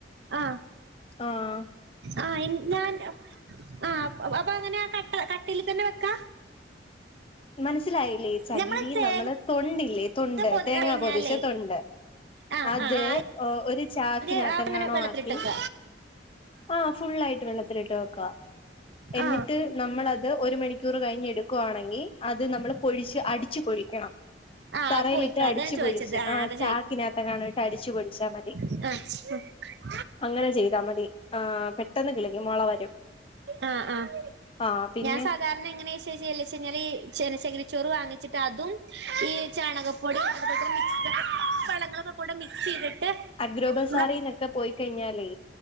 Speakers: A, on the right; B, on the left.
A: ആ
B: ആഹ്.
A: ആ ഞാൻ ആ അപ്പൊ അങ്ങനെയ കട്ട കട്ടൽ തന്നെ വെക്കാ?
B: മനസ്സിലായില്ലേ ചകിരി
A: ഞമ്മള് തേങ്ങ
B: നമ്മള് തൊണ്ടില്ലേ? തൊണ്ട്
A: പൊ
B: തേങ്ങാ
A: കഴിഞ്ഞാലേ
B: പൊതിച്ച തൊണ്ട്
A: ആ
B: അത്
A: ആ ആ
B: ഓ ഒരു ചാക്കിനകത്തങ്ങാണും
A: അത് അങ്ങനെ വെള്ളത്തിലിട്ടക്ക
B: ആക്കി ആ ഫുള്ളായിട്ട് വെള്ളത്തിലിട്ട് വെക്കുക എന്നിട്ട്
A: ആ
B: നമ്മളത് ഒരു മണിക്കൂർ കഴിഞ്ഞ എടുക്കുവാണെങ്കിൽ അത് നമ്മള് പൊഴിച്ച് അടിച്ചു പൊഴിക്കണം.
A: ആ
B: തറയിലിട്ട്
A: അത് പോയിക്ക
B: അടിച്ചുപൊടിച്ച്ച്
A: അതാ ഞാൻ ചോദിച്ചത്
B: ആ
A: അതാ
B: ചാക്കിനകത്തങ്ങാനും ഇട്ട് അടിച്ചുപൊഴിച്ചാ മതി
A: ആഹ.
B: അങ്ങനെ ചെയ്താ മതി. ആ പെട്ടെന്ന് കിളിക്കും മോള വരും.
A: ആ ആ
B: ആ പിന്നെ
A: ഞാൻ സാധാരണ എങ്ങനച്ചാൽ ഈ ചന കിരി ചോറ് വാങ്ങിച്ചിട്ടഅതും ഈ ചാണക- <unintelligible> മിക്സ് <unintelligible> ളൊക്കെ കൂടെ മിക്സ് ചെയ്തിട്ട്
B: അഗ്രോപസാറന്നൊക്കെ
A: നമ്മള
B: പോയിക്കഴിഞ്ഞാലേ-